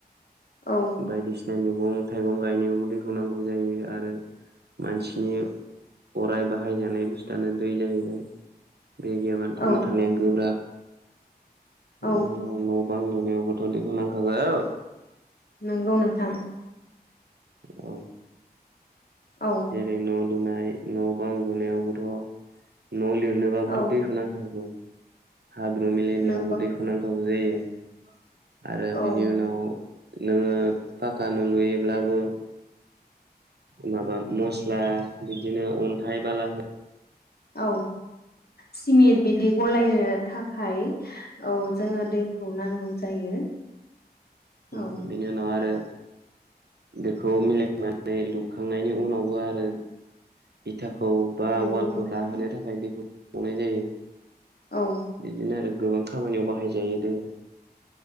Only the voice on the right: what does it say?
बायदिसि मैगं थाइगं गायनायावबो दैखौ नांगौ जायो आरो मानसिनि अराय बा हायजानाय बुस्थुआनो दै जाहैबाय बे गैयाबानो
थांना थानाया गोब्राब <unintelligible>
बां लुनायावबोथ दैखौ नांखागौ औ
औ
जेरै न' लुनाय न'-बां लुनायावबोथ न' लिर नोबाबोथ'
दैखौ नांथारगौ। हाब्रु मिलायनायावबो
दैखौ नांखागौ जायो। आरो
बिनि उनाव नोङो पाक्क न' लुयोब्लाबो माबा मस्ला बिदिनो अन्थाइ बाला
बि-बिनि
उनाव आरो बेखौ मिलायनानै लुखांनायनि उनावबो आरो बिथा खौ बा
अवालखौ
राहोनो थाखाय दैखौ <unintelligible> जायो
बिदिनो आरो। गोबां खामानियाव बाहायजायो दैया।